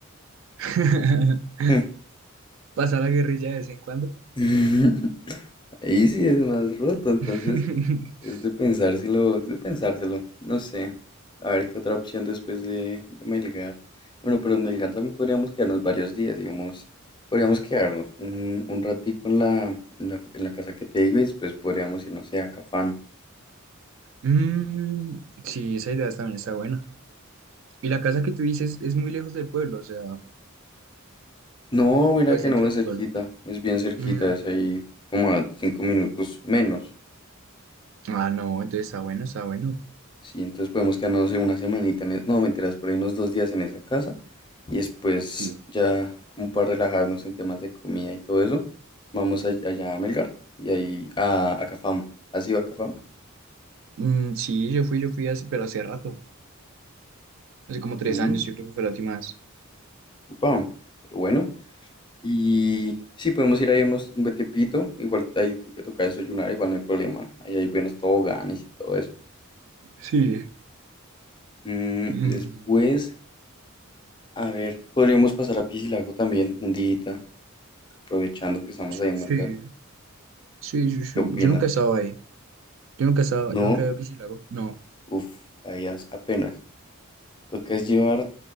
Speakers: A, on the right; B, on the left.
A: <laughs>
B: Mm.
A: Pasar la guerrilla de vez en cuando.
B: <laughs> Ahí sí es más roto, entonces.
A: <laughs>
B: Es de pensárselo, es de pensárselo. No sé. A ver qué otra opción después de, de Melgar. Bueno, pero en Melgar también podríamos quedarnos varios días, digamos. Podríamos quedarnos un, un ratico en la, en la, en la casa que te digo y después podríamos ir, no sé, a Cafán.
A: Mm, sí, esa idea también está buena. Y la casa que tú dices es muy lejos del pueblo, o sea,
B: No, mira
A: o es
B: que
A: dentro
B: no es
A: del
B: cerquita.
A: pueblo.
B: Es bien cerquita,
A: Mm,
B: es ahí como a cinco minutos menos.
A: Ah, no, entonces está bueno, está bueno.
B: Sí, entonces podemos quedarnos no sé, una semanita en... e- No, mentiras, por ahí unos dos días en esa casa. Y después,
A: Sí.
B: ya como para relajarnos en temas de comida y todo eso, vamos a- allá a Melgar y ahí a, a Cafam. ¿Has ido a Cafam?
A: Mm, sí, yo fui, yo fui hace, pero hace rato. Hace como tres
B: Mm,
A: años, yo creo que fue la última vez.
B: upa, pero bueno. Y sí, podemos ir ahí unos, un buen tiempito. Igual ahí creo que toca desayunar, igual no hay problema. Ahí hay buenos toboganes y todo eso.
A: Sí.
B: Mm,
A: Mm,
B: después, a ver, podríamos pasar a Piscilago también, un día, aprovechando que estamos ahí en
A: sí,
B: Melgar.
A: sí, sí, sí.
B: ¿Qué opinas?
A: Yo nunca he estado ahí. Yo nunca he estado,
B: No,
A: yo nunca he ido a Piscilago. No.
B: uff, ahí as- apenas. Toca es llevar